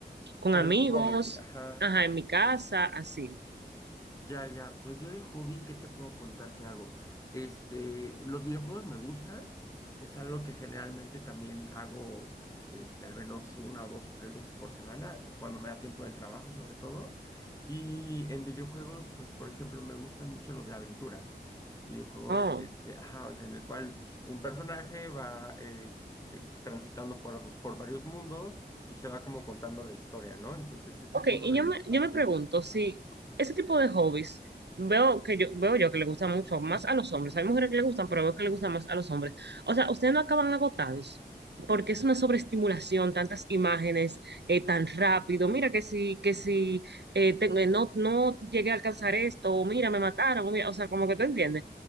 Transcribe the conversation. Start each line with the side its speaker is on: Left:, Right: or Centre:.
Right: con
Left: como
Right: amigos,
Left: un hobby, ajá.
Right: ajá, en mi casa, así.
Left: Ya, ya, pues yo de hobby, ¿qué te puedo contar que hago? Este, los videojuegos me gustan, es algo que generalmente también hago, este, al menos una o dos o tres veces por semana, y cuando me da tiempo del trabajo sobre todo. Y en videojuegos, pues por ejemplo, me gustan mucho los de aventuras. Videojuegos,
Right: Oh,
Left: este, ajá, o sea, en el cual un personaje va eh, eh, transitando por, por varios mundos y se va como contando la historia, ¿no? Entonces ese
Right: ok,
Left: es uno
Right: y
Left: de
Right: yo
Left: mis
Right: me,
Left: pasatiempos.
Right: yo me pregunto si ese tipo de hobbies, veo que yo, veo yo que le gusta mucho más a los hombres, hay mujeres que le gustan, pero veo que le gustan más a los hombres. O sea, ustedes no acaban agotados, porque es una sobreestimulación, tantas imágenes, eh, tan rápido, mira que si, que si eh, tengo- eh, no, no llegué a alcanzar esto, o mira, me mataron, o mira, o sea, como que tú entiendes.